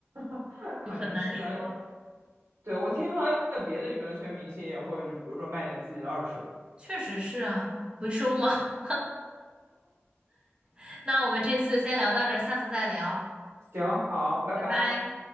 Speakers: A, on the right; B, on the right.
A: <laughs> 可能是的。
B: 就很难说。
A: <laughs> 哎对，我听说还有别的娱乐圈明星也会，就比如说卖点自己的二手。
B: 确实是啊，回收吗？<laughs> 那我们这次先聊到这儿，下次再聊，
A: 行，好，拜拜。
B: 拜拜。